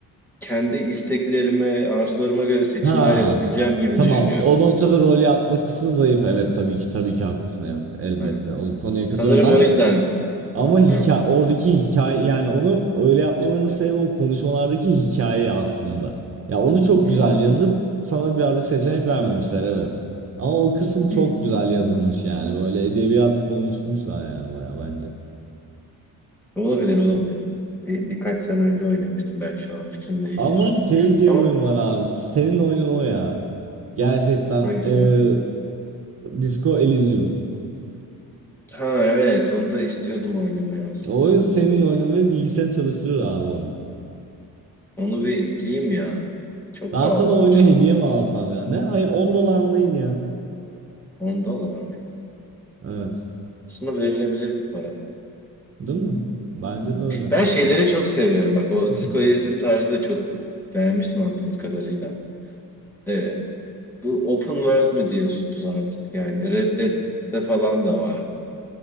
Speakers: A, in the centre; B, on the right (about 40°).
A: kendi isteklerime, arzularıma göre seçimler
B: Ha.
A: yapabileceğim gibi
B: Tamam.
A: düşünüyordum.
B: O noktada rol yapma kısmı zayıf. Evet tabii ki tabii ki haklısın. Evet elbette.
A: Hı.
B: O konuya
A: Sanırım
B: katılıyorum ben.
A: o yüzden.
B: Ama hikaye,
A: Hı.
B: oradaki hikaye yani onu öyle yapmalarının sebebi o konuşmalardaki hikaye aslında. Ya onu çok
A: Hı.
B: güzel yazıp sana birazcık seçenek vermemişler evet. Ama o kısım çok
A: hı, hı.
B: güzel yazılmış yani. Böyle edebiyat konuşmuşlar yani bayağı bence.
A: Olabilir, olabilir. Bir, birkaç sene önce oynamıştım. Belki şu an fikrim değişir.
B: Ama şey diye
A: Ama
B: bir oyun var abi. Senin oyunun o ya. Gerçekten
A: hangisi?
B: eee Disco Elysium.
A: Ha evet onu da istiyordum oynamayı aslında.
B: O oyun senin oyunun ve bilgisayarını çalıştırır abi onu.
A: Onu bir ekleyeyim ya. Çok
B: Ben
A: pahalı
B: sana
A: olmuş
B: oyunu hediye
A: ama.
B: mi alsam ya? Ne? Hayır 10 dolar mı neydi ya?
A: 10 dolar mıydı?
B: Evet.
A: Aslında verilebilir bir para.
B: Değil mi? Bence de öyle.
A: Ben şeyleri çok seviyorum. Bak o
B: <laughs>
A: Disco Elysium tarzı da çok beğenmiştim anladığınız kadarıyla. Ee, bu open world mü diyorsunuz artık? Yani Red Dead'de falan da vardı.